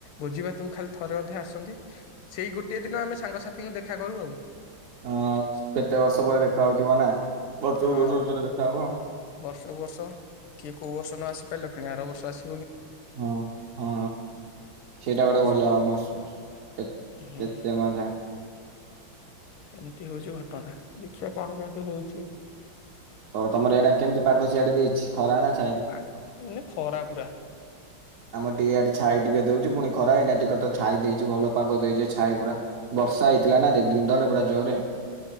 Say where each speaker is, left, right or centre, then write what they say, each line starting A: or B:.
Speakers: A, on the left; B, on the right.
A: ବୋଜି ଭାତକୁ ଖାଲି ଥରେ ଅଧେ ଆସନ୍ତି। ସେଇ ଗୋଟେ ଦିନ ଆମେ ସାଙ୍ଗସାଥି। ଙ୍କୁ ଦେଖା କରୁ ଆଉ
B: ଅ କେତେ ବର୍ଷ ପରେ ଦେଖାାହୋଉଥିବା ନା? ବର୍ଷ
A: ହଁ
B: ବର୍ଷକୁ ଥରେ ଦେଖାହବ।
A: ବର୍ଷକୁ ବର୍ଷ କିଏ କୋଉ ବର୍ଷ ନ ଆସି ପାରିଲେ ପୁଣି ଆର ବର୍ଷ ଆସ
B: ହଁ ହଁ ସେଟା ଗୋଟେ
A: ସେମ
B: ଭଲ କେ କେତେ
A: ହୁଁ
B: ମଜା
A: ଏମିତି ହେଉଚି ଟଣା ଦେଖିବା କଣ କେମତି ହଉଛି ଆଉ।
B: ଆଉ ତମର ଏଣ କେମିତି ପାଗ ସିଆଡେ ଦେଇଛି? ଖରା ନା ଛାଇ
A: ପାଗ ଏଇନେ ଖରା ପୁରା।
B: ଆମର ଟିକେ ଇଆଡେ ଛାଇ ଟିକେ ଦଉଛୁ ପୁଣି ଖରା ହେଇନା ଟିକେ ତ ଛାଇ ଦେଇଛିେ ଭଲ ପାଗ ଦେଇଛି ଛାଇ ପୁରା ବର୍ଷା ହେଇଥିଲା ନା ଦିନ ଦିନ ତଳେ। ପୁରା ଜୋରେ।